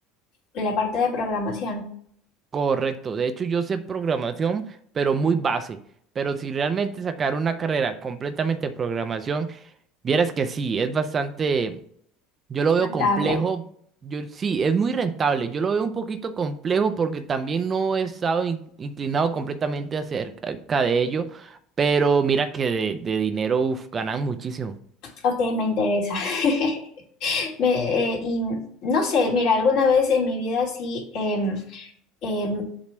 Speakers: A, on the left; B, on the right.
A: la parte de programación
B: Correcto, de hecho yo sé programación, pero muy base. Pero si realmente sacar una carrera completamente de programación, vieras que sí, es bastante, yo lo
A: contable.
B: veo complejo, yo sí, es muy rentable, yo lo veo un poquito complejo porque también no he estado in- inclinado completamente acerca de ello, pero mira que de, de dinero, uf, ganan muchísimo.
A: Ok, me interesa. <laughs> Me, eh, y no sé, mira, alguna vez en mi vida sí, em, Em,